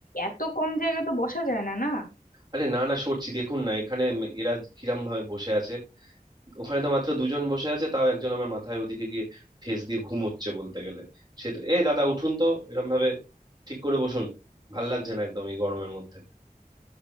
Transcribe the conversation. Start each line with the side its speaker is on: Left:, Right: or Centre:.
Left: এত কম জায়গায় তো বসা যায় না না
Right: আরে না না সরছি দেখুন না এখানে এরা কিরম ভাবে বসে আছে ওখানে তো মাত্র দুজন বসে আছে তাও একজন আমার মাথায় ওদিকে গিয়ে ঠেস দিয়ে ঘুমোচ্ছে বলতে গেলে সে তো এই দাদা উঠুন তো এরম ভাবে ঠিক করে বসুন ভাল লাগছে না একদম এই গরমের মধ্যে